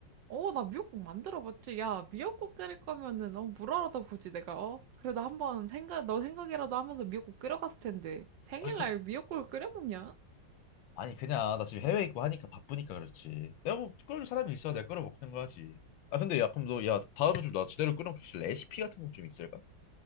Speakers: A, on the right; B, on the left.
A: 어, 나 미역국 만들어봤지. 야, 미역국 끓일 거면은, 어, 물어라도 보지, 내가, 어? 그래도 한번 생각, 너 생각이라도 하면서 미역국 끓여갔을 텐데. 생일날
B: 아니, 그,
A: 미역국을 끓여 먹냐?
B: 아니, 그냥 나 지금 해외에 있고 하니까 바쁘니까 그렇지. 내가 뭐 끓여줄 사람이 있어. 내가 끓여 먹는 거 하지. 아, 근데 야, 그럼 너, 야, 다음에 좀 나 제대로 끓여 먹을 레시피 같은 거 좀 있을까?